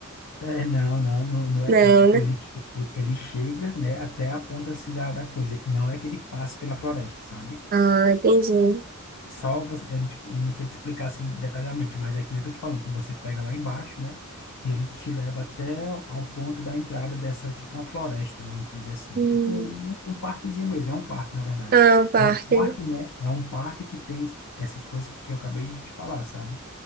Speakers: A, on the left; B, on the right.
A: É, não, não, não, não é,
B: Não,
A: é tipo,
B: né?
A: ele, ele chega, né, até a ponta, assim, da, da coisa, não é que ele passe pela floresta, sabe?
B: Ah, entendi.
A: Só você, eu, não te- eu não sei te explicar assim detalhadamente, mas é que nem eu tô te falando, tu- você pega lá embaixo, né? E ele te leva até ao ponto da entrada dessa, tipo uma floresta, né? Vamos dizer assim,
B: Hum.
A: é tipo um, um parquezinho mesmo, é um parque, na verdade.
B: Ah, um parque,
A: É um parque,
B: né?
A: né? É um parque que tem essas coisas que eu acabei de te falar, sabe?